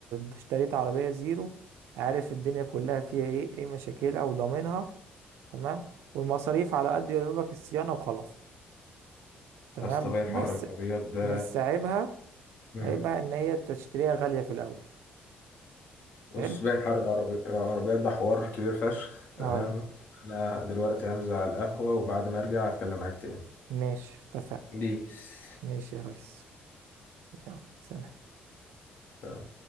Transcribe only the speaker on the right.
اشتريت عربية زيرو عارف الدنيا كلها فيها ايه ايه مشاكلها وضامنها تمام والمصاريف على قد يدوبك الصيانة وخلاص تمام
بس
بس عيبها
عيبها ان هي بتشتريها غالية في الاول
حلو
اه
ماشي اتفقنا
ماشي يا ريس يلا سلام